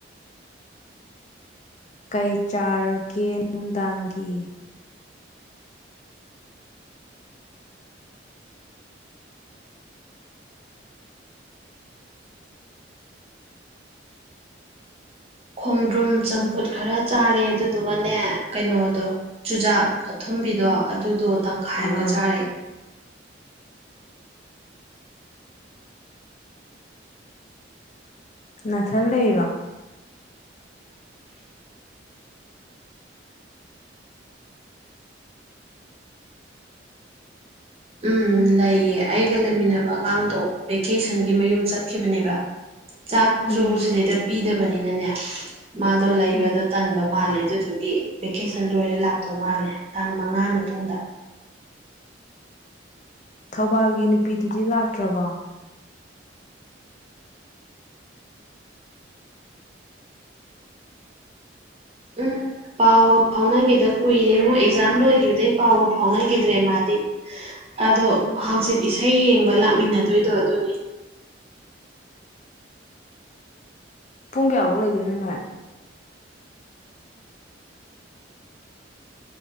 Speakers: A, on the left; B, on the right.
A: ꯀꯩ ꯆꯥꯔꯒꯦ ꯅꯨꯡꯗꯥꯡꯒꯤ
B: ꯈꯣꯡꯗ꯭ꯔꯨꯝ ꯆꯝꯐꯨꯠ ꯈꯔ ꯆꯥꯔꯦ ꯑꯗꯨꯗꯨꯒꯅꯦ ꯀꯩꯅꯣꯗꯣ ꯆꯨꯖꯥꯛ ꯑꯊꯨꯝꯕꯤꯗꯣ ꯑꯗꯨꯗꯣ ꯇꯪꯈꯥꯏ
A: ꯑꯥ
B: ꯑꯃꯒ ꯆꯥꯔꯦꯑꯦ
A: ꯅꯅꯥꯊꯟ ꯂꯩꯔꯣ
B: ꯎꯝ ꯂꯩꯌꯦ ꯑꯩꯒ ꯂꯩꯃꯤꯟꯅꯕ ꯑꯉꯥꯡꯗꯣ ꯚꯦꯀꯦꯁꯟꯒꯤ ꯃꯌꯨꯝ ꯆꯠꯈꯤꯕꯅꯦꯕ ꯆꯥꯛꯁꯨ
A: ꯎꯝ
B: ꯁꯤꯗꯩꯗ ꯄꯤꯗꯕꯅꯤꯅꯅꯦ ꯃꯥꯗꯣ ꯂꯩꯕꯗ
A: ꯎꯝ
B: ꯇꯟꯕ ꯃꯥꯜꯂꯦ ꯑꯗꯨꯗꯨꯒꯤ ꯚꯦꯀꯦꯁꯟ ꯂꯣꯏꯔ ꯂꯥꯛꯇꯧ ꯃꯥꯜꯂꯦ ꯇꯥꯡ ꯃꯉꯥ ꯃꯇꯨꯡꯗ
A: ꯊꯧꯕꯥꯜꯒꯤ ꯅꯨꯄꯤꯗꯨꯗꯤ ꯂꯥꯛꯇ꯭ꯔꯕꯣ
B: ꯎꯝ ꯄꯥꯎꯒ ꯐꯥꯎꯅꯈꯤꯗ ꯀꯨꯏꯔꯦꯉꯣ ꯑꯦꯛꯖꯥꯝ ꯂꯣꯏꯈꯤꯕꯗꯩꯩ ꯄꯥꯎꯒ ꯐꯥꯎꯅꯈꯤꯗ꯭ꯔꯦ ꯃꯥꯗꯤ ꯑꯗꯣ ꯍꯪꯆꯤꯠ ꯏꯁꯩ ꯌꯦꯡꯕ ꯂꯥꯛꯃꯤꯟꯅꯗꯣꯏꯗꯣ ꯑꯗꯨꯅꯦ
A: ꯄꯨꯡ ꯀꯌꯥꯐꯧ ꯂꯩꯗꯣꯏꯅꯣ ꯅꯣꯏ